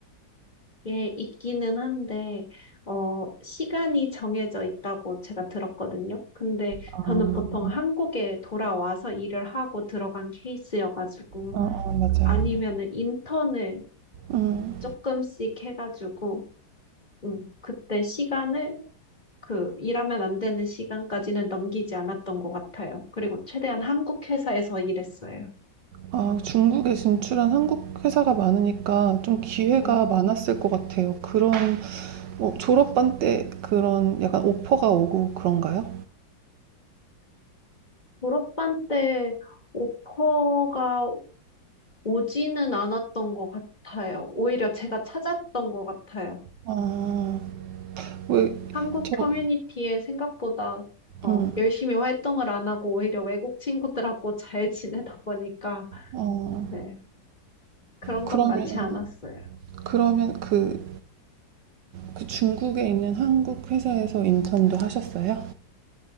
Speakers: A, on the left; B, on the right.
A: 이게 있기는 한데, 어, 시간이 정해져 있다고 제가 들었거든요. 근데
B: 아,
A: 저는 보통 한국에 돌아와서 일을 하고 들어간 케이스여가지고,
B: 아, 아, 맞아요.
A: 아니면은 인턴을
B: 음.
A: 조금씩 해가지고, 음, 그때 시간을 그 일하면 안 되는 시간까지는 넘기지 않았던 것 같아요. 그리고 최대한 한국 회사에서 일했어요.
B: 아, 중국에 진출한 한국 회사가 많으니까 좀 기회가
A: 네.
B: 많았을 것 같아요. 그런 뭐 졸업반 때 그런 약간 오퍼가 오고 그런가요?
A: 졸업반 때 오퍼가 오지는 않았던 것 같아요. 오히려 제가 찾았던 것 같아요.
B: 아, 왜
A: 한국
B: 저,
A: 커뮤니티에 생각보다 어,
B: 음,
A: 열심히 활동을 안 하고 오히려 외국 친구들하고 잘 지내다 보니까
B: 어,
A: 네, 그런
B: 그러면
A: 건 많지 않았어요.
B: 그러면 그, 그 중국에 있는 한국 회사에서 인턴도 하셨어요?